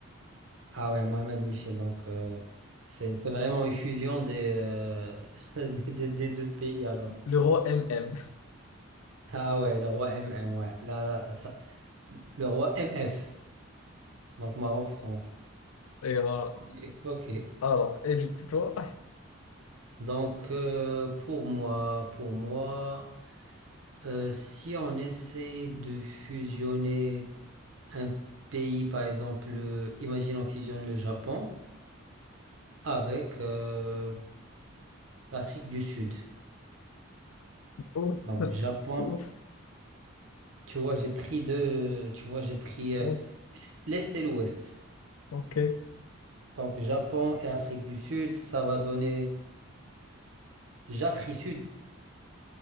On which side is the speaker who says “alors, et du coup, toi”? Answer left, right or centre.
Left